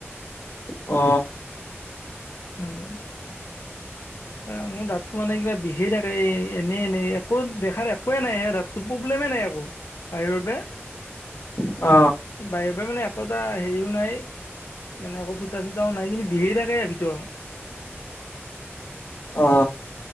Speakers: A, on the left; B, on the left.
A: অ,
B: <unintelligible> অ' মোৰ দাঁতটো মানে কিবা বিষেই থাকে। এই এনেই এনেই একো দেখাৰ একোৱে নাই হে দাত, একো প্ৰব্লেমে নাই একো বাহিৰ পৰা,
A: অ,
B: বাৰে বাৰে মানে একো এটা হেৰিও নাই। মানে একো ফুটা চুটাও নাই কিন্তু বিষাই থাকে ভিতৰত।
A: অ,